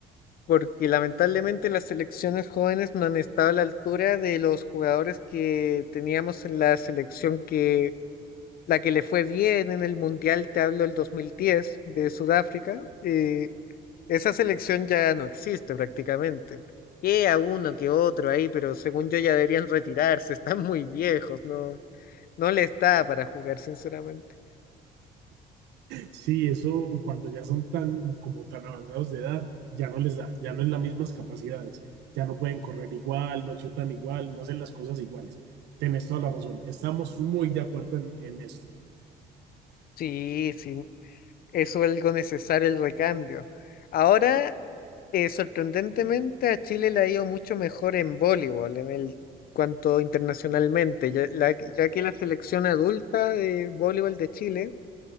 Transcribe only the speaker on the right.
Sí, eso cuando ya son tan como tan avanzados de edad, ya no les da, ya no es las mismas capacidades, ya no pueden correr igual, no chutan igual, no hacen las cosas iguales. Tienes toda la razón, estamos muy de acuerdo en, en esto.